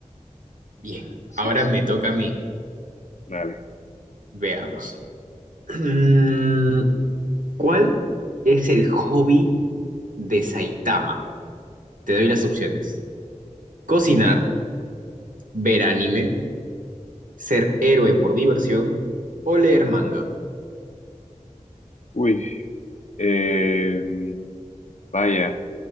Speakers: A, on the right; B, on the left.
A: Bien,
B: Así
A: ahora
B: es,
A: me toca a mí.
B: dale.
A: Veamos. Mm, ¿Cuál es el hobby de Saitama? Te doy las opciones. Cocinar,
B: Ujú.
A: ver anime, ser héroe por diversión o leer manga.
B: Uy, eh, vaya,